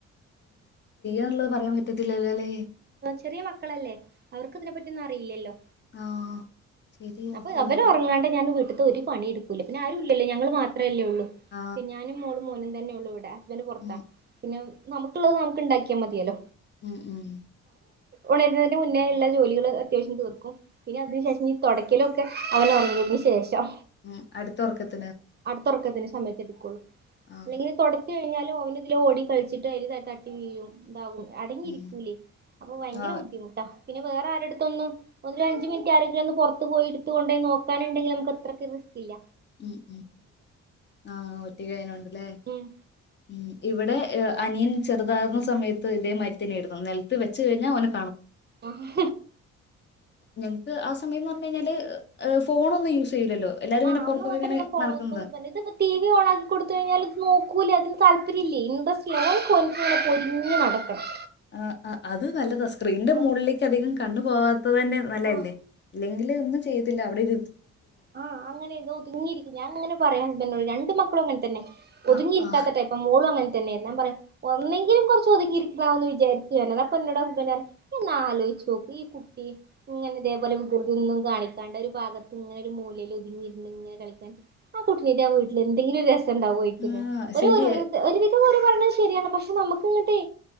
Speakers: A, on the left (about 35°); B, on the right (about 35°).
A: ആണല്ലോ? പറയാൻ പ റ്റത്തില്ലല്ലലേ.
B: ചറിയ മക്കളല്ലേ? അവർക്ക് ഇതിനെ പറ്റിയൊന്നും അറീലല്ലോ
A: ആ ശരിയാ
B: അപ്പോ
A: ഉയ്യോ.
B: അവനൊറങ്ങാണ്ട് ഞാൻ വീട്ട് ഒരു പണി ഇട് ക്കൂല്ലാ പിന്നാരൂല്ലല്ലോ ഞങള് മാത്രല്ലേ ഉള്ളു
A: ആ
B: ഞാനും മോളും മോനും തന്നെയു ഉള്ളു ഇവടെ. ഹസ്ബൻ്റ് പൊറത്താ
A: ഉം
B: പിന്നെ നമുക്കുള്ളത് ന ക് ണ്ടാക്കിയാ മതിയേലൊ
A: മ്മ് മ്മ്
B: ഉണരുന്നതിൻ്റെ മുന്നേ എല്ലാ ജോലികൾ അത്യാവശ്യം തീർക്കും പിന്നെ അതിനു ശേഷം ഞ് തൊടയ്ക്കലൊക്കെ അവനൊറങ്ങിയതിനന് ശേഷം
A: മ്മ് അട്തൊറകത്
B: അട്ത്തെർക്കത്തിന്ശ് സമയത്തെട്കോള്ളു
A: ആ
B: ഇല്ലെങ്കില് തൊടച്ച് കഴിഞ്ഞാല് ഓവനാ ഇതിലെ ഓടി കൾച്ചിട്ട് അയിൽ തട്ടി വീഴും താകും അടങ്ങിയിരിക്കൂലേ
A: ഉം
B: അപ്പൊ ഭയങ്കര
A: ആ
B: ബുദ്ധിമുട്ടാ പിന്നെ വേറെ ആരെട്ത്തൊന്നും ഒരഞ്ച് മിനിറ്റ് ആരെങ്കിലും ഒന്ന് പൊർത്ത് പോയി ഇട്ത്ത്കൊണ്ടോയി നോക്കാന്ണ്ടെങ്കിൽ അമ്മക് അത്രക്ക് റിസ്കില്ല
A: മ് മ് ആ ഒറ്റകായേനോണ്ട് ല്ലേ
B: ഉം
A: മ് ഇവടെ ങ് അനിയൻ ചെറുതാകുന്ന സമയത്ത് ഇതേ മാരി തന്നെരായിരുന്നു നെൽത്ത് വെച്ച് കഴിഞ്ഞാ ഓന്
B: ആഹ്
A: ഞങ്ങക്ക് ആ സമയംന്നർഞ്ഞാല് ഫോൺ ഒന്ന് യൂസ് ചെയ്യൂലല്ലോ എല്ലാരും
B: ആ
A: ഇങ്ങനെ
B: അന്ന്
A: പുറത്തൊക്കെ
B: മാത്രം
A: ഇങ്ങനെ
B: <unintelligible>
A: നടക്കുന്നതാ
B: ഇത് പോ ടി വി ഓണാക്കി കൊടുത്ത് കയിഞ്ഞാല് ഇത് നോക് ക്കൂല ഇതിന് താല്പര്യേല്ല ഇൻട്രസ് ല്ല <unintelligible> <unintelligible> നടക്കണം
A: ആ ആ അത് നല്ലതാ സ്ക്രീന്റെ
B: ആഹ്
A: മുകളിലേക്ക് അധികം കണ്ണ് പോവാത് <unintelligible> നല്ലല്ലേ
B: ആഹ്
A: ഇല്ലെങ്ക് ല്ല ഒന്നും ചെയ്തില്ല അവിടെ ഇരു
B: ആ അങ്ങനെ ഇത് ഒതുങ്ങിയിരിക്കും ഞാൻ ഇങ്ങനെ പറയാ നൊള്ളു രണ്ട് മക്കളും ഇങ്ങൻ തന്നെ
A: ആ
B: ഒതുങ്ങി ഇരിക്കാത്ത
A: ആ
B: ടൈപ്പാ മോളും അങ്ങന <unintelligible> പറയാ ഒന്നെങ്കിലും കൊറ ഒതുങ്ങിയിരിക്ക്ണവും ന്ന് വിചാരിച്ചു ഞാൻ പറഞ് അപ്പം ഇന്നോട് ഹസ്ബൻഡ് പറ ഇയൊന്ന് ആലോയിച്ചോക്ക് ഈ കുട്ടി ഇങ്ങനെ ഇതേപോലെ വികൃതിയൊന്നും കാണിക്കാണ്ട്‌ ഒര് ഭാഗത്ത് ഇങ്ങ ഒര് മൂലയില് ഒതുങ്ങി ഇരുന്ന് ഇങ്ങനെ കളിക്കാൻ ആ കുട്ടിനിയായിട്ട് വീട്ടിൽ എന്തെങ്കിലും ഒര് രസ ണ്ടാവോ <unintelligible>
A: ആ
B: ഒര്
A: ശരിയാ.
B: ഒര് ഒരുവിധം ഓര് പറിണേ ശ രിയാണ് പക്ഷെ നമ്മക്ക് ഇങ്ങട്ടെ